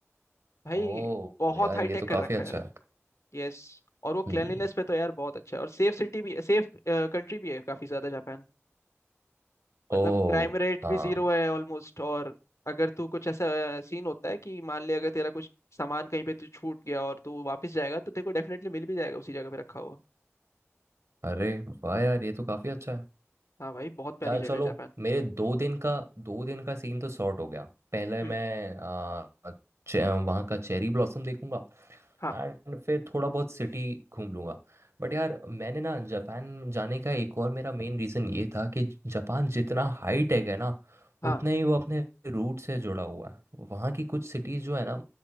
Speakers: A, on the left; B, on the right.
A: भाई
B: ओह
A: बहुत
B: यार
A: हाई
B: ये
A: टेक
B: तो
A: कर
B: काफ़ी
A: रखा
B: अच्छा
A: है
B: है
A: यस और वो
B: हम्म
A: क्लेanलीनेस पे तो यार बहुत अच्छा है और सेफ सिटी भी सेफ कंट्री भी है काफी ज्यादा जापान मतलब
B: ओह
A: क्राइम रेट
B: हाँ
A: भी जीरो है ऑलमोस्ट और अगर तू कुछ ऐसा सीन होता है कि मान ले अगर तेरा कुछ सामान कहीं पे तू छूट गया और तू वापस जाएगा तो तेरे को डेफिनेटली मिल भी जाएगा उसी जगह पे रखा हुआ
B: अरे वाह यार ये तो काफ़ी अच्छा है
A: हाँ भाई बहुत प्यारी
B: यार
A: जगह
B: चलो
A: है जापान
B: मेरे दो दिन का दो दिन का सीन तो सॉर्ट हो गया पहले
A: हम्म
B: मैं आ, चे, वहाँ का चेरी ब्लॉसम देखूंगा
A: हाँ
B: एंड फिर थोड़ा बहुत सिटी घूम लूंगा बट यार मैंने ना जापान जाने का एक और मेरा मेन रीज़न ये था कि जापान जितना हाई टेक है ना
A: हाँ
B: उतना ही वो अपने रूट से जुड़ा हुआ है वहाँ की कुछ सिटीज़ जो है ना